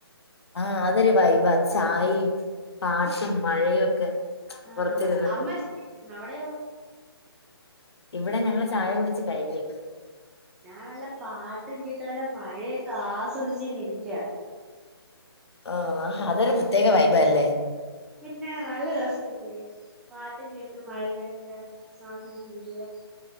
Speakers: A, on the left; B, in the centre.
A: ആഹ് അതൊരു വൈബ ചായയും പാട്ടും മഴയും ഒക്കെ
B: ആഹ്
A: പുറത്തിരുന്ന്
B: അമ്മ ചായ ഇടുന്ന് അവിടെയോ
A: ഇവിടെ ഞങ്ങള് ചായ കുടിച്ച് കഴിഞ്ഞു
B: ഞാൻ നല്ല പാട്ട് കേട്ട് വല്ല മഴയൊക്കെ ആസ്വദിച്ച് ഇിരിക്ക
A: ആഹ് അതൊരു പ്രത്യേക വൈബ അല്ലേ
B: പിന്നെ നല്ല രസ ഇല്ലേ പാട്ടും കേട്ട് മഴയൊക്കെ ആസ്വദിച്ചിരിക്കുക